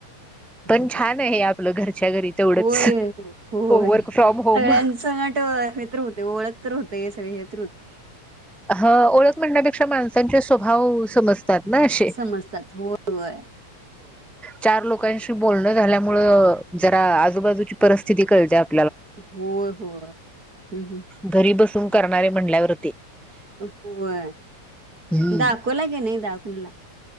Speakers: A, on the right; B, in the centre.
A: हम्म.
B: पण छान आहे घरच्या घरी तेवढंच
A: होय हो होय
B: वर्क
A: सगळ्यां
B: फ्रॉम होम
A: सं नट <unintelligible> ओळख <unintelligible>
B: ह ओळख म्हणण्यापेक्षा माणसांचे स्वभाव समजते
A: समजतात. होय, होय.
B: चार लोकांशी बोलणं जरा आजूबाजूची परिस्थिती कळत्यात
A: होय, होय. हं,
B: घरी बसून करणारे म्हणल्यावर
A: हो
B: हम्म
A: दाखवला के नाही दाखववला